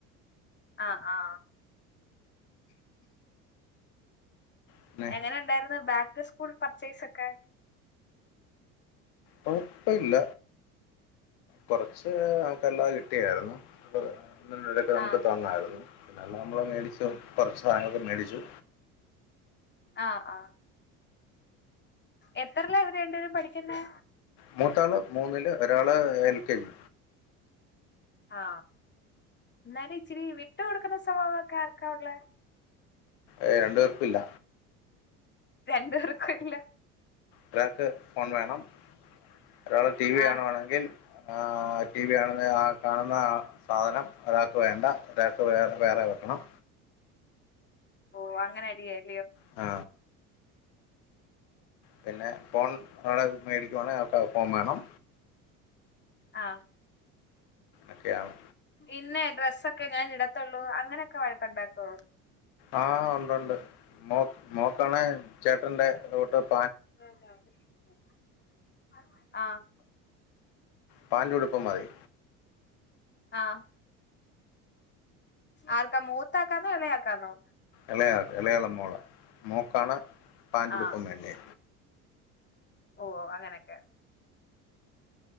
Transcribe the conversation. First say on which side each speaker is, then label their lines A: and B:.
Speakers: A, on the left; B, on the left.
A: ആ ആ
B: പിന്നെ
A: എങ്ങനെ ഇണ്ടായിരുന്നു ബാക്ക് സ് ഫുൾപർചേയ്സൊക്കെ
B: ഓ ഇപ്പ ഇല്ല കൊറച്ച് ആൾക്ക് എല്ലാം എട് കെയാര്ന്നു <unintelligible> നമുക്ക്
A: ആഹ്
B: തന്നാര്ന്നു പിന്നെല്ലാം അമ്മള് മേടിച്ചു കൊറച്ച് സാധനങ്ങളൊക്കെ മേടിച്ചു
A: ആ ആ എത്ര ല്ലാ ഇവര് രണ്ടുപേരും പഠിക്കുന്നേ
B: മൂത്താള് മൂന്നില് ഒരാള് ഏൽ കെ ജി
A: ആ ന്നാലും ഇച്ചിരി വിട്ടു കൊടുക്കുന്ന സ്വഭാവൊക്കെ ആർക്കാവുള്ളെ
B: ഏയ് രണ്ടു പേർക്കുല്ല
A: രണ്ട് പേർക്കുല്ല
B: ഒരാക്ക് ഫോൺ വേണം ഒരാള് ടി വി
A: ആഹ്
B: കാണുവാണെങ്കിൽ ആ ടി വി കാണുന്ന ആ കാണുന്ന ആ സാധനം ഒരാക്ക് വേണ്ട ഒരാക്ക് വേ വേറെ വെക്കണം
A: ഓ അങ്ങനടിയായി
B: ആ പിന്നെ ഫോൺ അവളെ മേടിക്കുവാണേ അൾക്ക് ആ ഫോൺ വേണം
A: ആ
B: അക്കെയാണ്
A: ഇന്ന ഡ്രസ്സൊക്കെ ഞാനിട ത്തൊള്ളൂ അങ്ങനൊക്കെ വഴക്കു ണ്ടാക്കുവോ
B: ആ ഉണ്ട് ഉണ്ട് മോക് മോക്കാണേ ചേട്ടന്റെ <unintelligible>
A: <unintelligible> <inaudible> ആഹ്
B: പാന്റും ഉടുപ്പും മതി
A: ആഹ് ആർക്കാ മൂത്ത ആൾക്കാണോ? ഇളയ ആൾക്കാണോ?
B: എളയാൾക്ക് എളയാളെ മോളാ മോൾക്കാണ് പാന്റും ഉടുപ്പും
A: ആഹ്
B: വേണ്ടേ
A: ഓ അങ്ങനൊക്കെ